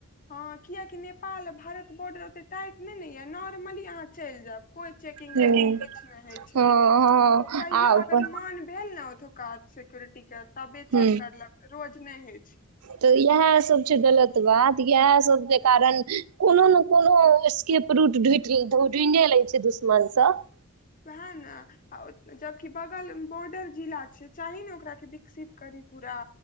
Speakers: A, on the left; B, on the right.
A: हँ कियकि नेपाल आ भारत बॉर्डर टाइट नैय न या नॉर्मली अहाँ चलि जायब कोइ चेकिंग
B: हँ
A: तेकिंग कुछ नहि होइ छै
B: हँ
A: ओ
B: हँ
A: कहियो
B: आ अपन
A: अगर मन भेल न ओतुका सिक्योरिटी के तबे
B: ह
A: चेक करलक रोज नहि होइ छै
B: तऽ इएह सब छै गलत बात इएह सब के कारण कोनो न कोनो स्कोप रूट ढू ढूढे ले छै दो मन सं
A: उएह न जबकि बगल बोडर जिला छै चाही ने ओकरा विकसित करी पूरा